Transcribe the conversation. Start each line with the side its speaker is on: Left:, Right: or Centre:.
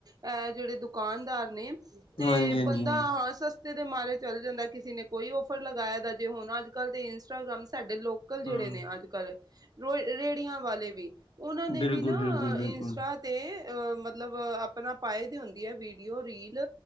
Right: ਅ ਜੇੜੇ ਦੁਕਾਨਦਾਰ ਨੇ ਤੇ
Left: ਹਾਂਜੀ ਹਾਂਜੀ
Right: ਬੰਦਾ ਹਾ ਸਸ ਤੇ, ਦੇ ਮਾਰੇ ਚੱਲ ਜਾਂਦਾ, ਕਿਸੇ ਨੇ ਕੋਈ ਔਫਰ ਲਗਾਇਆ ਦਾ ਜੇ ਹੁਣ ਅੱਜ- ਕੱਲ੍ਹ ਦੇ ਇੰਸਟਾਗ੍ਰਾਮ ਸਾਡੇ ਲੋਕਲ ਜੇੜੇ
Left: ਹਮ
Right: ਨੇ ਅੱਜ -ਕੱਲ੍ਹ, ਰੋ- ਰੇੜੀਆਂ ਵਾਲੇ ਵੀ ਓਨਾਂ ਨੇ
Left: ਬਿਲਕੁਲ
Right: ਵੀ ਨਾ,
Left: ਬਿਲਕੁਲ ਬਿਲਕੁਲ
Right: ਇੰਸਟਾ ਤੇ ਅ ਮਤਲਬ ਆਪਣਾ ਪਾਏ ਦੇ ਹੁੰਦੇ ਜਾ ਵੀਡੀਓ ਰੀਲ